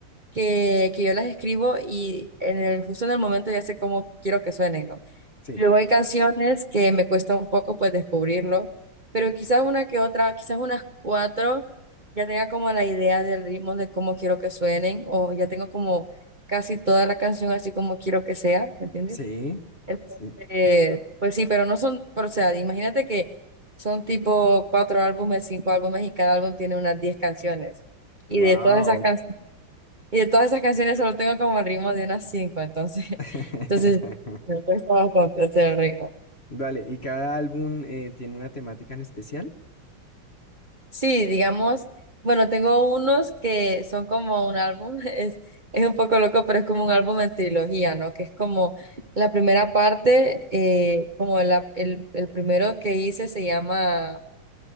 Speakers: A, on the right; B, on the left.
A: que, que yo las escribo y en el, justo en el momento ya sé cómo quiero que suenen, ¿no?
B: Sí,
A: Luego hay canciones que me cuesta un poco pues descubrirlo, pero quizás una que otra, quizás unas cuatro, ya tenga como la idea del ritmo de cómo quiero que suenen o ya tengo como casi toda la canción así como quiero que sea, ¿me entiendes?
B: sí,
A: Entonces,
B: sí.
A: pues sí, pero no son, pero, o sea, imagínate que son tipo cuatro álbumes, cinco álbumes y cada álbum tiene unas diez canciones. Y
B: Wow.
A: de todas esas can- y de todas esas canciones solo tengo como el ritmo de unas cinco, entonces, <laughs>
B: <laughs>
A: entonces me cuesta bastante hacer el ritmo.
B: Vale, ¿y cada álbum eh, tiene una temática en especial?
A: Sí, digamos, bueno, tengo unos que son como un álbum, <laughs> es, es un poco loco, pero es como un álbum en trilogía, ¿no? Que es como la primera parte, eh, como la- el, el primero que hice se llama